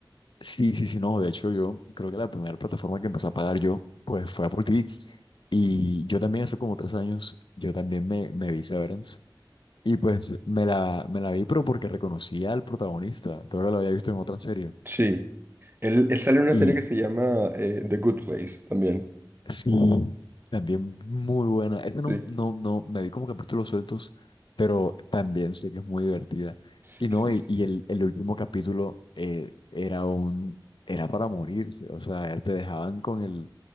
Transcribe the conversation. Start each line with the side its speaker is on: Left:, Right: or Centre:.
Left: Sí, sí, sí, no. De hecho, yo creo que la primera plataforma que empecé a pagar yo, pues fue Apple TV. Y yo también hace como tres años, yo también me, me vi Severance. Y pues me la, me la vi, pero porque reconocía al protagonista. Creo que lo había visto en otra serie.
Right: Sí. Él, él sale en una
Left: Y
Right: serie que se llama eh, The Good Place también.
Left: sí, también muy buena. Esta no,
Right: Sí.
Left: no, no, me vi como capítulos sueltos, pero también sé que es muy divertida.
Right: Sí,
Left: Y no,
Right: sí,
Left: y,
Right: sí.
Left: y el, el último capítulo eh, era un, era para morirse. O sea, te dejaban con el